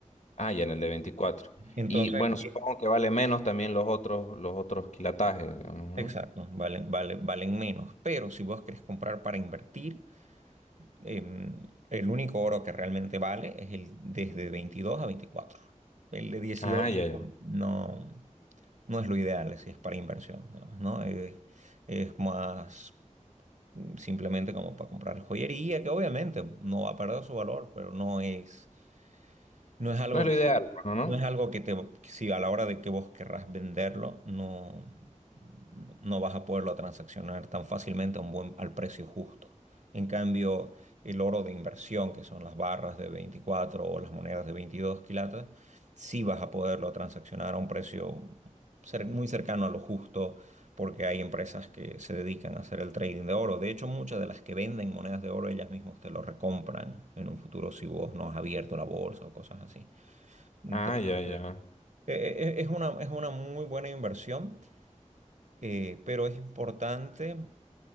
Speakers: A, on the left; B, on the right.
A: Ah, ya en el de 24.
B: Entonces,
A: Y bueno, supongo
B: eh,
A: que vale menos también los otros, los otros quilatajes, digamos,
B: exacto,
A: ¿no?
B: valen, vale- valen menos. Pero si vos querés comprar para invertir, em, el único oro que realmente vale es el desde 22 a veinticuatro El de dieciocho
A: Ah, ya, ya.
B: no, no es lo ideal si es para inversión, digamos, ¿no? Es, es más mm, simplemente como para comprar joyería, que obviamente no va a perder su valor, pero no es, no es algo
A: No es lo ideal, bueno, ¿no?
B: no
A: ¿No?
B: es algo que te, que si a la hora de que vos querrás venderlo, no, no no vas a poderlo transaccionar tan fácilmente a un buen, al precio justo. En cambio, el oro de inversión, que son las barras de 24 o las monedas de 22 quilates, sí vas a poderlo transaccionar a un precio cer- muy cercano a lo justo, porque hay empresas que se dedican a hacer el trading de oro. De hecho, muchas de las que venden monedas de oro, ellas mismas te lo recompran en un futuro si vos no has abierto la bolsa o cosas así. Entonces,
A: Ah, ya, ya.
B: eh, eh, Es una, es una muy buena inversión, eh, pero es importante